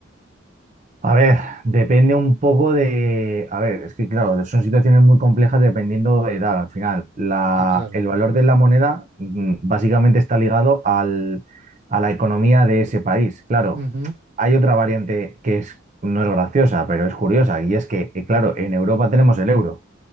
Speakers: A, on the right; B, on the right.
A: A ver, depende un poco de... A ver, es que claro, son situaciones muy complejas dependiendo de edad. Al final, la-
B: Sí, claro.
A: el valor de la moneda mm, básicamente está ligado al- a la economía de ese país. Claro,
B: Ujú,
A: hay otra variante que es, no es graciosa, pero es curiosa, y es que, eh, claro, en Europa tenemos el euro.